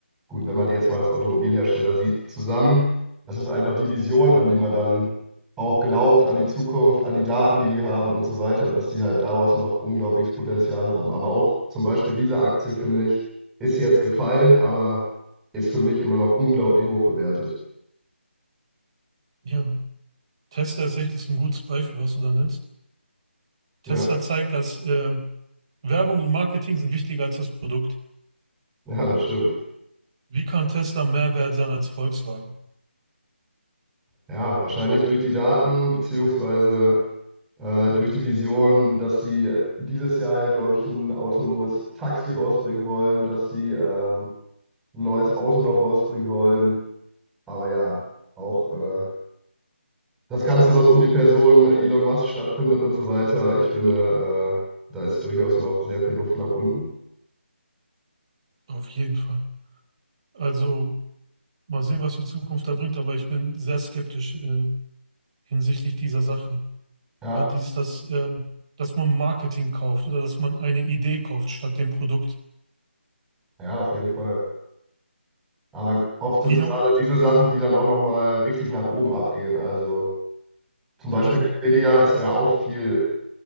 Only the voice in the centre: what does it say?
Gut, wenn man die jetzt mal als Automobilhersteller sieht, zusammen. Das ist einfach die Vision, an die man dann auch glaubt, an die Zukunft, an die Daten, die die haben und so weiter, dass die halt daraus noch unglaubliches Potenzial haben. Aber auch zum Beispiel diese Aktie, finde ich, ist jetzt gefallen, aber ist für mich immer noch unglaublich hoch bewertet.
Ja,
<laughs> ja, das stimmt.
Ja, wahrscheinlich durch die Daten, beziehungsweise äh, durch die Vision, dass sie dieses Jahr ja, glaube ich, ein autonomes Taxi rausbringen wollen, dass sie ähm, ein neues Auto noch rausbringen wollen. Aber ja, auch äh, das Ganze, was um die Person Elon Musk stattfindet und so weiter, ich finde, äh, da ist durchaus noch sehr viel Luft nach unten.
Ja,
ja, auf jeden Fall. Aber oft sind
es gerade diese Sachen, die dann auch nochmal richtig nach oben abgehen. Also zum Beispiel
Nvidia ist ja auch viel